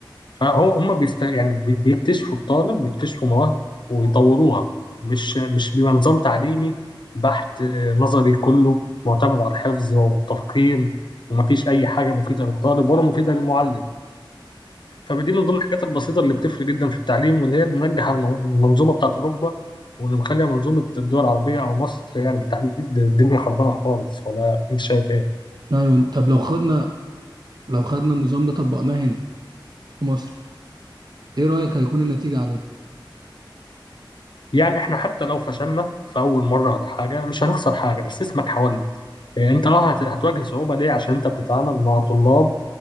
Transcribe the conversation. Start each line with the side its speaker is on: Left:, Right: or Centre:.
Left: فهم بيست... يعني بي- بيكتشفوا الطالب بيكتشفوا مواهبه ويطوروها مش مش بيبقى نظام تعليمي بحت آه، نظري كله معتمد على الحفظ والتلقين ومفيش أي حاجة مفيدة للطالب ولا مفيدة للمعلم فدي من ضمن الحاجات البسيطة اللي بتفرق جدا في التعليم واللي هي اللي منجحة الم- المنظومة بتاعت أوروبا واللي مخلية منظومة الدول العربية أو مصر يعني بالتحديد الدنيا خربانة خالص ولا أنت شايف إيه؟
Right: ايوه طب لو خدنا لو خدنا النظام ده طبقناه هنا في مصر ايه رأيك هيكون النتيجة عليه
Left: يعني احنا حتى لو فشلنا في اول مره ولا حاجه مش هنخسر حاجه بس اسمك حاولت إيه، انت اه هت- هتواجه صعوبه ليه عشان انت بتتعامل مع طلاب